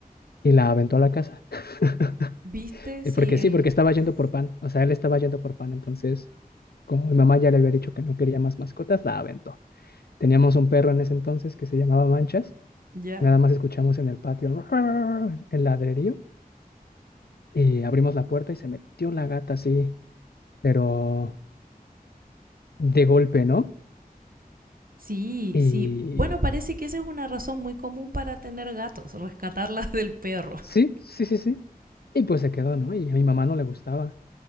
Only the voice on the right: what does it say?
¿Viste
si
él...
<laughs>
¿Ya?
Sí,
sí. Bueno, parece que esa es una razón muy común para tener gatos, rescatarlas <laughs> del perro.